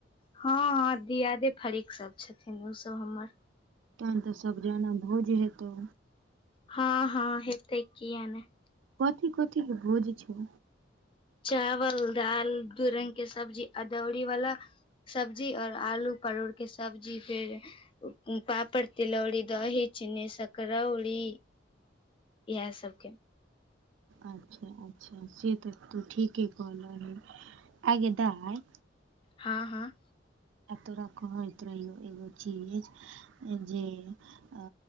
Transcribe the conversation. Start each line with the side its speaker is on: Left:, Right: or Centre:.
Left: हँ हँ दियादे फरीक सब छथिन उ सब हमर।
Right: तहन तऽ सब जाना भोज हेतौ?
Left: हँ हँ हेतेै किया ने-
Right: कथी -कथि के भोज छौ?
Left: चावल, दाल, दू रंग के सब्जी अदौरी वला। सब्जी और आलू परोड़के सब्जी फेर- पापड़, तिलौरी, दही, चिनी, सकरौड़ी इएह सबके-
Right: अच्छा- अच्छा से तऽ तू ठीके कहले रही। आँय गे दाय-
Left: हाँ, हाँ
Right: अ तोरा कहैत रहियौ एगो चीज- जे अ